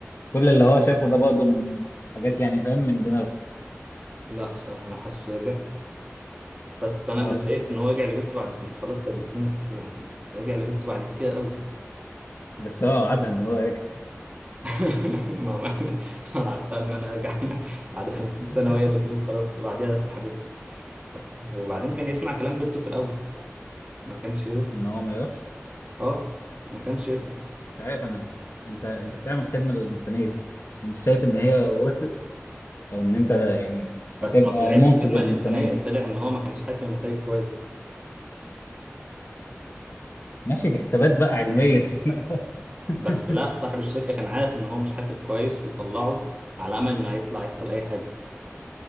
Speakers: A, on the left; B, on the right.
A: كل اللي هو شافه ده برضه من حاجات يعني فاهم من دماغه
B: لا بصراحة انا حاسه رجع بس انا
A: أه
B: اللي اتضايقت ان هو رجع لبنته بعد خمسة خلاص كانت بتموت يعني رجع لبنته بعد كتير قوي
A: بس هو وعدها إن هو يرجع
B: <laughs> ما ما- ما قعدت ان انا ارجع <laughs> بعد خمسين سنة
A: <laughs>
B: وهي بتموت خلاص وبعديها روح لحبيبتك لا وبعدين كان يسمع كلام بنته في الاول ما كانش يروح
A: إن هو ما يروحش
B: اه ما كانش يطلع
A: مش عارف أنا أنت أنت بتعمل خدمة للإنسانية مش شايف إن هي وصلت أو إن أنت يعني
B: بس
A: هتبقى
B: ما طلعتش
A: منقذ
B: خدمة
A: الإنسانية
B: للإنسانية طلع إن هو ما كانش حاسب النتائج كويس
A: ماشي دي حسابات بقى علمية <laughs>
B: بس لا صاحب الشركة كان عارف إن هو مش حاسب كويس وطلعه على أمل إن هيطلع يحصل أي حاجة